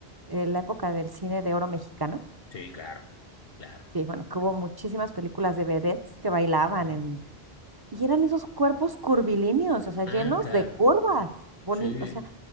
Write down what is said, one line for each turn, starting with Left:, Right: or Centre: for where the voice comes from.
Right: eh, la época del cine de oro mexicano.
Left: sí, claro, claro.
Right: Sí, bueno, que hubo muchísimas películas de vedettes que bailaban
Left: Ujú.
Right: en... Y eran esos cuerpos curvilíneos, o sea,
Left: Ah,
Right: llenos
Left: claro,
Right: de curvas, boni,
Left: sí.
Right: o sea,